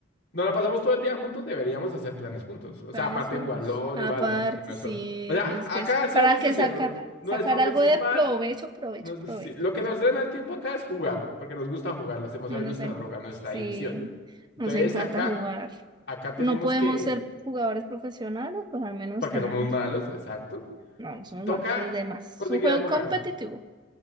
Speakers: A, on the left; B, on the right.
A: Nos la pasamos todo el día juntos, deberíamos hacer planes juntos. O
B: Planes
A: sea, aparte
B: juntos.
A: de jugar LOL
B: Aparte,
A: y Valorant, porque nuestro.
B: sí,
A: O sea,
B: pues
A: acá
B: que eso.
A: seamos
B: Para que
A: sinceros,
B: sacar,
A: nuestro
B: sacar
A: principal.
B: algo de provecho, provecho,
A: nos- <laughs>
B: provecho.
A: sí, lo que nos drena el tiempo acá es jugar, porque nos gusta jugar, lo hacemos
B: No
A: a ver
B: Nos
A: nuestra
B: en-
A: droga, nuestra
B: sí,
A: adicción. Entonces
B: nos encanta
A: acá,
B: jugar.
A: acá tenemos
B: No podemos
A: que,
B: ser jugadores profesionales, pues al menos
A: porque
B: tenemos.
A: somos malos, exacto,
B: No, no somos
A: toca
B: malos, los demás.
A: conseguir
B: Es un juego
A: algo
B: competitivo.
A: más.